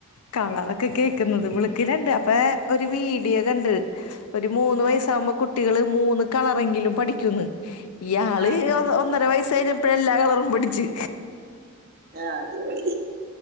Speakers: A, on the left; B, on the right.
A: കളറൊക്കെ കേക്ക് ക്ക്ന്നത് വിളിക്ക് രണ്ട് ഇപ്പൊ ഒരു വീഡിയോ കണ്ട് ഒരു മൂന്ന്
B: ആഹ്
A: വയസാകുമ്പോ കുട്ടികൾ മൂന്ന് കളറെങ്കിലും പഠിക്കുംന്ന് ഈയാള്
B: ആഹ് ആഹ്
A: ഒ ഒന്നര വയസ്സ് കഴിഞ്ഞപ് ഇപ്പയെല്ലാ റമ്പൊട്ടിച്ച്
B: ആ ജോലി